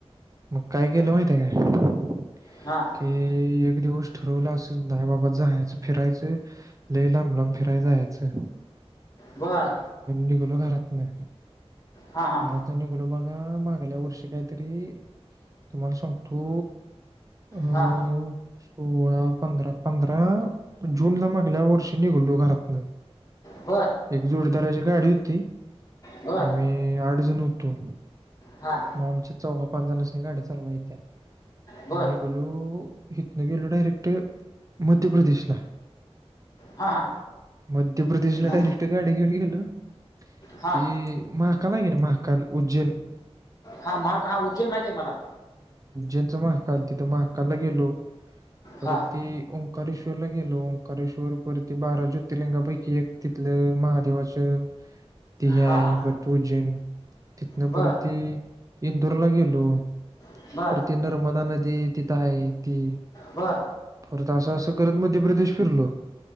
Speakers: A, on the right; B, on the left.
A: मग काय केलं माहितय का मी
B: हा?
A: ते एक दिवस ठरवलं असं, नाई बाबा जायचं फिरायचंय लई लांब लांब फिराय जायचं
B: बरं
A: निघलो घरातनं,
B: हा हा
A: घरात निघलो बघा, मागल्या वर्षी काईतरी, तुम्हाला सांगतो अं
B: हा
A: सोळा, पंधरा पंधरा जूनला, मागल्या वर्षी निघलो घरातनं
B: बर
A: एक जोडीदाराची गाडी होती,
B: बर
A: आम्ही आठ जण होतो.
B: हा.
A: मग आमच्या चौघा पांच जणांसनी गाडी चालवा येतीया.
B: बर
A: मग निघलो, हिथनं गेलो डायरेक्ट मध्य प्रदेशला
B: हा.
A: मध्य प्रदेशला
B: म-
A: डायरेक्ट गाडी घेतली ना
B: हा
A: ते महाकाल आहे कणी महाकाल उज्जैन
B: हा महाग हा उज्जैन माहितेये मला.
A: त्याचं महाकाल तिथं महाकालला गेलो, परत
B: हा
A: ते ओंकारेश्वरला गेलो, ओंकारेश्वर परत ते बारा ज्यो ज्योतिर्लिंगपैकी एक तिथलं, महादेवाचं <unintelligible>
B: हा हा
A: परत उरजैन, तिथनं
B: बर
A: परत ते इंदूरला गेलो.
B: बर.
A: परत ती नर्मदा नदी, तिथं हाये ती
B: बर
A: परत असं असं करत, मध्यप्रदेश फिरलो.